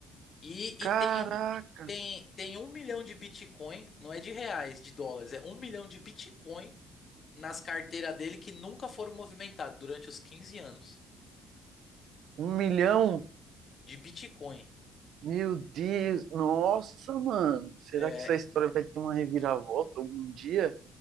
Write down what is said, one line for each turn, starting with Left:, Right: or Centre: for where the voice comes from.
Left: E,
Right: caraca,
Left: e tem um, tem, tem um milhão de Bitcoin, não é de reais, de dólares, é um milhão de Bitcoin nas carteiras dele que nunca foram movimentados durante os 15 anos
Right: um milhão?
Left: de Bitcoin.
Right: Meu Deus, nossa, mano. Será
Left: É,
Right: que essa história vai ter uma reviravolta algum dia?